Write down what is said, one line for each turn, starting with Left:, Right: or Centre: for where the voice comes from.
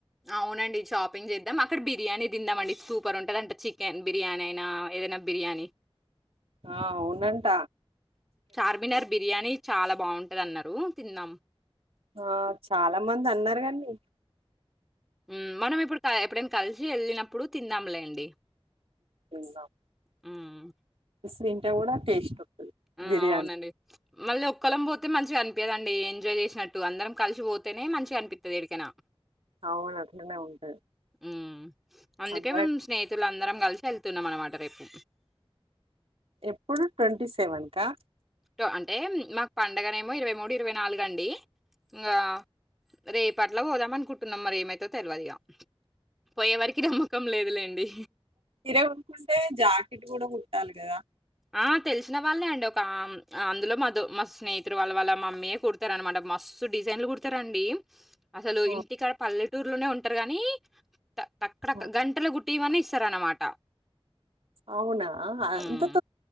Centre: అవునండి షాపింగ్ చేద్దాం. అక్కడ బిర్యానీ తిందాం అండి. సూపర్ ఉంటది అంట చికెన్ బిర్యానీ అయినా ఏదైనా బిర్యానీ
Right: ఆ, అవునంట
Centre: చార్మినార్ బిర్యానీ చాలా బాగుంటది అన్నారు ఉ తిన్నాం
Right: ఆ చాలా మంది అన్నారు కాని
Centre: ఉమ్ మనం ఇప్పుడు ఎప్పుడైనా కలిసి వెళ్ళినప్పుడు తిందాంలేండి
Right: తిందాం
Centre: హ్మ్.
Right: తింటే కూడా టేస్ట్ వస్తది
Centre: ఉ
Right: బిర్యానీ
Centre: అవునన్ మళ్ళీ ఒక్కళ్ళం పోతే మంచిగా అనిపియ్యదండి. ఎంజాయ్ చేసినట్టు అందరం కలిసి పోతేనే మంచిగా అనిపిత్తది ఏడికైనా.
Right: అవును అట్లనే ఉంటది
Centre: ఉమ్ అందుకే
Right: అందర
Centre: మేము స్నేహితులు అందరం కలిసి వెళ్తున్నాం అనమాట రేపు
Right: ఎప్పుడు ట్వంటీ సెవెన్కా
Centre: టో అంటే మాకు పండగనే ఏమో ఇరవై మూడు ఇరవై నాలుగండి ఇంకా రేపట్ల పోదాం అనుకుంటున్నాం. మరి ఏమైతదో తెల్వదిగా పోయే వారికి నమ్మకం లేదులేండి.
Right: ఇడే కుట్టుకుంటే జాకెట్ కూడా కుట్టాలి కదా
Centre: ఆ తెలిసిన వాళ్ళే అండి. ఒక అందులో మధు మా స్నేహితుడు వాళ్ళ వాళ్ళ మమ్మీయే కుడతారంట. మస్ స్ డిజైన్లు కుడతారండి అసలు
Right: ఉమ్,
Centre: ఇంటికాడ పల్లెటూరులోనే ఉంటరు గాని తక్కడ
Right: ఉమ్.
Centre: గంటలో కు ఇవ్వనీ ఇస్తారనమాట
Right: అవునా
Centre: హ్మ్.
Right: అంత